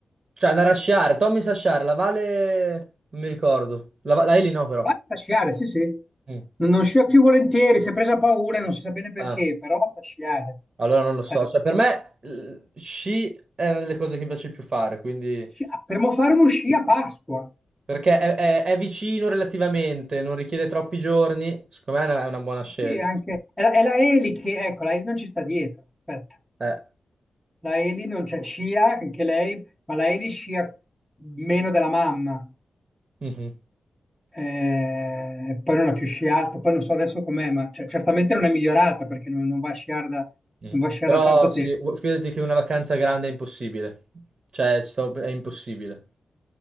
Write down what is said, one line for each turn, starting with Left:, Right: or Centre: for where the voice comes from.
Right: Cioè, andare a sciare. Tommy sa sciare, la Vale non mi ricordo. La, Va- la Eli no, però.
Centre: Guarda, sta a sciare, sì, sì.
Right: Mm.
Centre: Non, non scia più volentieri, si è presa paura, non si sa bene perché,
Right: Ah.
Centre: però sta a sciare.
Right: Allora non lo so,
Centre: Eh,
Right: cioè per me eh, sci è una delle cose che mi piace più fare, quindi
Centre: sci- ah, potremmo fare uno sci a Pasqua.
Right: perché è, è- è vicino relativamente, non richiede troppi giorni, secondo me è una, è una buona scelta.
Centre: Sì, anche... È la, è la Eli che... Ecco, la Eli non ci sta dietro. Aspetta.
Right: Eh,
Centre: La Eli non c'è, scia anche lei, ma la Eli scia meno della mamma.
Right: mhm,
Centre: eh, poi non ha più sciato, poi non so adesso com'è, ma cioè, certamente non è migliorata perché non, non va a sciare da,
Right: mm.
Centre: non va a sciare
Right: Però
Centre: da tanto
Right: sì,
Centre: tempo.
Right: gu- fidati che una vacanza grande è impossibile, cioè ci sto- è impossibile.